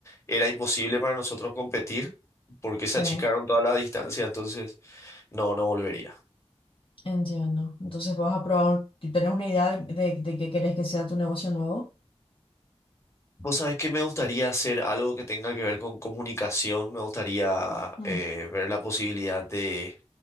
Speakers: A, on the left (about 25°); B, on the left (about 50°).
A: era imposible para nosotros competir porque
B: Sí,
A: se achicaron todas las distancias, entonces no, no volvería.
B: entiendo. Entonces vas a probar, ¿tenés una idea de, de, de qué querés que sea tu negocio nuevo?
A: Vos sabés que me gustaría hacer algo que tenga que ver con comunicación, me gustaría
B: Mm,
A: eh, ver la posibilidad de